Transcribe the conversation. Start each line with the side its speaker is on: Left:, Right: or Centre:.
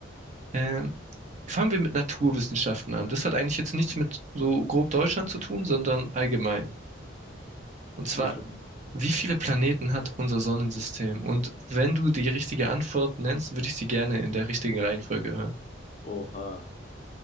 Right: Ähm, fangen wir mit Naturwissenschaften an. Das hat eigentlich jetzt nichts mit so grob Deutschland zu tun, sondern allgemein. Und zwar,
Left: Schieß los.
Right: wie viele Planeten hat unser Sonnensystem? Und wenn du die richtige Antwort nennst, würde ich sie gerne in der richtigen Reihenfolge hören.
Left: Oha.